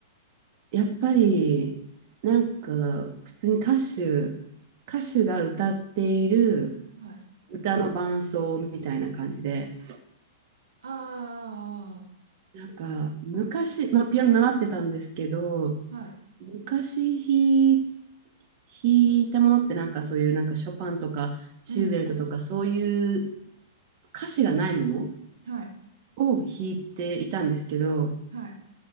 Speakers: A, on the right; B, on the right.
A: やっぱり、なんか、普通に歌手、歌手が歌っている
B: はい。
A: 歌の伴奏みたいな感じで、
B: あ
A: なんか、昔、まあ、ピアノ習ってたんですけど、
B: あ、はい。
A: 昔弾い弾いたものってなんかそういうなんかショパンとかシューベルトとかそういう
B: うん。
A: 歌詞がないもの
B: はい。
A: を弾いていたんですけど、
B: はい。